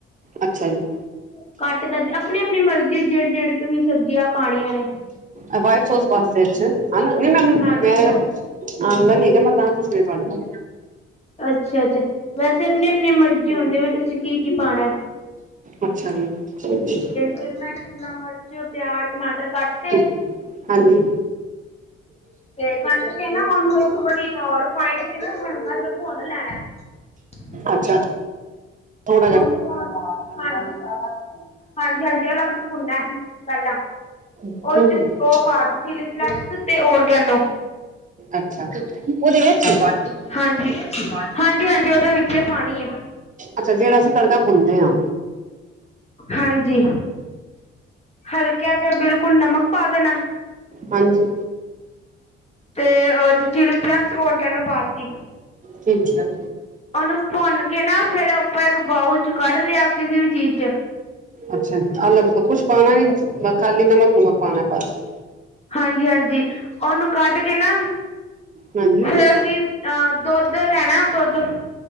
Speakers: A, on the right; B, on the left.
A: ਅੱਛਾ ਜੀ।
B: ਕਾਟ ਤਾ ਜੀ, ਅਪਣੀ-ਅਪਣੀ ਮਰਜ਼ੀ ਏ, ਜੇਹੜੀ-ਜੇਹੜੀ ਤੁਹੀਂ ਸਬਜ਼ੀਆਂ ਪਾਣੀਆਂ ਨੇ।
A: ਐ ਵਾਈਟ ਸੋਸ ਪਾਸਤੇ ਇਚ, ਹਨਾ, <unintelligible>
B: ਹਾਂਜੀ ਹਾਂ
A: ਤਾਂ ਪੁੱਛ ਰਈ ਆ ਤੁਆਡੇ ਬਾਰੇ।
B: ਅੱਛਾ-ਅੱਛਾ ਵੈਸੇ ਅਪਣੀ-ਅਪਣੀ ਮਰਜ਼ੀ ਹੋਂਦੀ, ਵੀ ਤੁਸੀਂ ਕੀ-ਕੀ ਪਾਣਾ ਏ।
A: ਅੱਛਾ ਜੀ।
B: ਫਿਰ ਮੈਂ ਸ਼ਿਮਲਾ ਮਰਚ, ਪਿਆਜ, ਟਮਾਟਰ ਕੱਟ ਤੇ
A: <unintelligible> ਹਾਂਜੀ।
B: ਤੇ ਕਾਟ ਕੇ ਨਾ, ਉਹਨੂੰ ਇੱਕ ਵਾਰੀ ਅ ਰਫਾਈਂਡ ਚ ਨਾ, ਹਲਕਾ ਜਿਆ ਭੁਨ ਲੈਣਾ ਏ। <inaudible>
A: ਅੱਛਾ, ਹੁਣ
B: ਔਨੂੰ <unintelligible> ਹਾਂਜੀ, ਹਾਂਜੀ-ਹਾਂਜੀ ਅਲੱਗ ਤੋਂ ਭੁਨਾ ਐ, ਪੈਲਾਂ।
A: ਹੂੰ
B: ਉਹ ਚ
A: ਹੂੰ
B: ਉਹ ਪਾਤੀ, ਚਿਲੀ ਫਲੇੈਕਸ ਤੇ ਓਰਗੈਨੋ।
A: ਅੱਛਾ ਉਹਦੇ ਵਿੱਚ
B: ਅਛਾੱ, ਹਾਂਜੀ, ਹਾਂਜੀ-ਹਾਂਜੀ ਉਹਦੇ ਵਿੱ ਫੇਰ ਪਾਣੀ ਏ।
A: ਅੱਛਾ, ਜੇਅੜਾ ਅਸੀ ਤੜਕਾ ਭੁੰਨਦੇ ਹਾਂ।
B: ਹਾਂਜੀ। ਹਲਕੇਯਾ ਜਿਹਾ ਬਿਲਕੁਲ ਨਮਕ ਪਾ ਦੇਣਾ।
A: ਹਾਂਜੀ।
B: ਤੇ ਅ ਚਿਲੀ ਫਲੈਕਸ, ਓਰਗੈਨੋ ਪਾਤੀ।
A: ਠੀਕ ਹੈ।
B: ਔਨੂੰ ਭੁੰਨ ਕੇ ਨਾ, ਫੇਰ ਆਪਾਂ ਏਕ ਬਾਊਲ ਚ ਕੱਢ ਲਿਆ, ਕਿਸੀ ਵੀ ਚੀਜ਼ ਚ।
A: ਅੱਛਾ ਜੀ, ਅਲੱਗ ਤੋਂ ਕੁੱਛ ਪਾਣਾ ਨੀ? ਨਾ ਖਾਲੀ ਨਮਕ ਨੁਮਕ ਪਾਣਾ ਬਾਸ।
B: ਹਾਂਜੀ-ਹਾਂਜੀ, ਔਨੂੰ ਕੱਢ ਕੇ ਨਾ,
A: ਹਾਂਜੀ
B: ਫੇਰ ਅਸੀਂ ਆ ਦੋਧ ਲੈਣਾ ਦੋਧ।